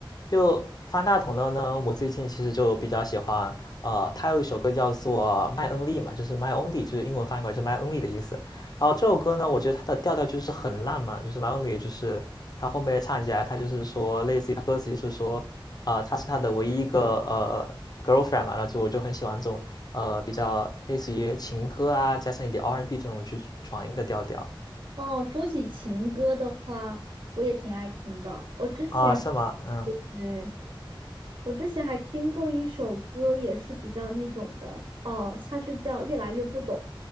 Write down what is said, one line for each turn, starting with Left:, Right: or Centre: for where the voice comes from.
Left: 就方大同的呢，我最近其实就比较喜欢，呃，他有一首歌叫做《麦恩利》嘛，就是 My Only，就是英文翻译过来是 My Only 的意思。然后这首歌呢，我觉得它的调调就是很浪漫，就是 My Only，就是他后面唱起来，他就是说，类似于他歌词就是说，啊、他是他的唯一一个呃 girlfriend 嘛，然后就我就很喜欢这种呃比较类似于情歌啊，加上一点 R&B and B 这种去转音的调调
Right: 哦，说起情歌的话，我也挺爱听的。我之前，
Left: 啊，是吗？嗯，
Right: 对，我之前还听过一首歌，也是比较那种的，哦，它是叫《越来越不懂》。